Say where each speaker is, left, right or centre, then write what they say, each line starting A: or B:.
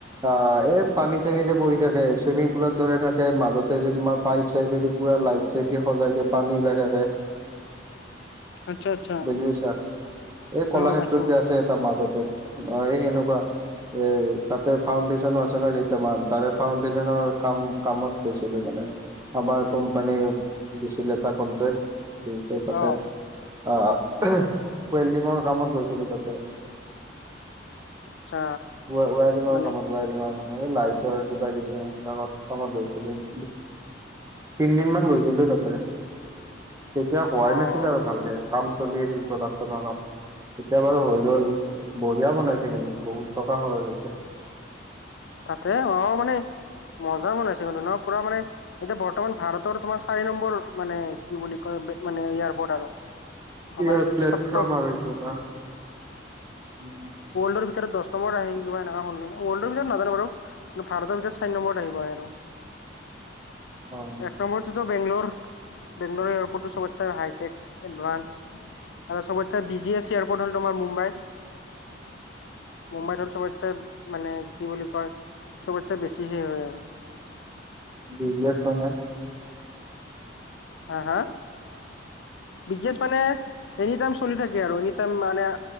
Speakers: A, on the right; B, on the left.
A: অ এই পানী চানী যে পৰি থাকে চুইমিং পুলৰ দৰে থাকে মাজতে যে তোমাৰ। পাইপ চাইপেদি পুৰা লাইট চাইট দি সজাই দিয় পানী ওলাই থাকে।
B: আচ্ছা আচ্ছা
A: বুজি পাইছা এই কলাক্ষেত্ৰত
B: অ' পাইছো
A: যে আছে এাটা মাজতে। অ সেই সেনেকুৱা। এই তাতে ফাউণ্ডেচনৰ আছে ন কেইটামান তাৰে ফাউণ্ডেছনৰ কাম কামত গৈছিলো মানে। আমাৰ কোম্পানী দিছিল এটা কনট্ৰেক্ট দিওঁতে তাতে।
B: অ'
A: অ অয়েল্ডিঙৰ কামত গৈছিলো তাতে।
B: আচ্ছা
A: ৱা ৱাৰিঙৰ
B: মানে
A: কামত। ৱাৰিঙৰ লাইটৰ কিবা কিবি সেইবিলাক কামত গৈছিলো <inaudible> তিন দিন মান গৈছিলো তাতে তেতিয়া হোৱাই
B: অ'
A: নাছিলে আৰু ভালকে কাম। চলি আছিল প্ৰডাকচনৰ কাম। এতিয়া বাৰু হৈ গ'ল বঢ়িয়া বনাইছে কিন্তু বহুত টকা সৰজ হৈছে।
B: তাতে অ মানে মজা বনাইছে ন পুৰা মানে। এতিয়া বৰ্তমান ভাৰতৰ তোমাৰ চাৰি নম্বৰ মানে কি বুলি কয় মানে এয়াৰপৰ্ট আৰু।
A: ইয়াৰ
B: মানে
A: প্লেটফৰ্ম
B: চব টপ
A: আৰু এইটো এটা উম।
B: ৱৰ্লডৰ ভিতৰত দহ নম্বৰ আহে কা এনেুৱ ৱল্ডৰ ভিতৰত নাজান বাৰু। ভাৰৰ ভিতৰত চাৰি নম্বৰৰত আহিব আৰু।
A: উম অ
B: এক নম্বৰ টোত বেংলৰ বেংলৰ এয়াৰপৰ্টটো চব হাইটেক এডভানস। আৰু চবত চে বিজি এছ এয়াৰপৰ্ট হল তোমাৰ মুম্বাই। মুম্বাইত হ'ল চবতছে মানে কি বুলি কয় চবতচে বেছিহে হয় আৰু।
A: বিজি এছ মানে।
B: হা হা বিজিএছ মানে। এনি টাইম চলি থাকে আৰু এনি টাইম মানে,